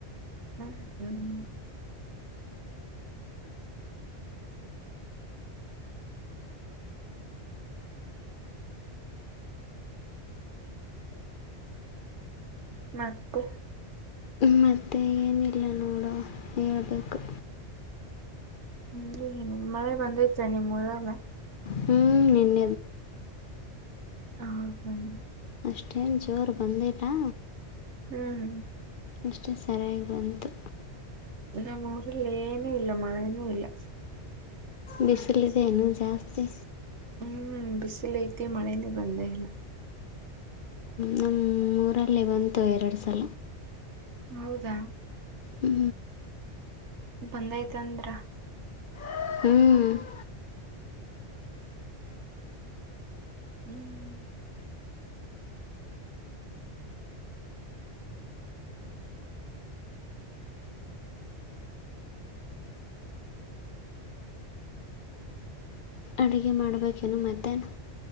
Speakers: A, on the right; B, on the left.
A: ಹಾ ಹ್ಮ್ ಮತ್ತೆ
B: ಮತ್ತೆ ಏನಿಲ್ಲ ನೋಡೋ ಹೇಳ್ಬೇಕು
A: ನ ಏನ ಮಳೆ ಬಂದೈತೆ ನಿಮ್ಮ್ೂಊರಾಗ
B: ಹ್ಮ್ ನಿನ್ನ
A: ಹದನ್
B: ಅಷ್ಟೇನು ಜೋರು ಬಂದೇಿಲ್ಲ
A: ಹ್ಮ್
B: ಅಷ್ಟೇ ಸರಿಯಾಗಿ ಬಂತು
A: ನಮ್ಮರು ಲೇನೂ ಇಲ್ಲ ಮಳನೂ ಇಲ್ಲ
B: ಬಿಸಿಲಿಿದ ಇನು ಜಾಸ್ತಿ
A: ಹ್ಮ್ ಬಿಸಿಲು ಐತಿ ಮಳೆನೇ ಬಂದೇ ಇಲ್ಲ
B: ನಮ್ಮೂಊರಲ್ಲಿ ಬಂತು ಎರಡು ಸಲ
A: ಹೌದಾ
B: ಹ್ಞೂ
A: ಬಂದೈ್ತ ಅಂದ್ರ
B: ಹ್ಮ್
A: ಹ್ಮ್
B: ಅಡುಗೆ ಮಾಡ್ಬೇಕೇನೋ ಮದ್ಯಾಹ್ನ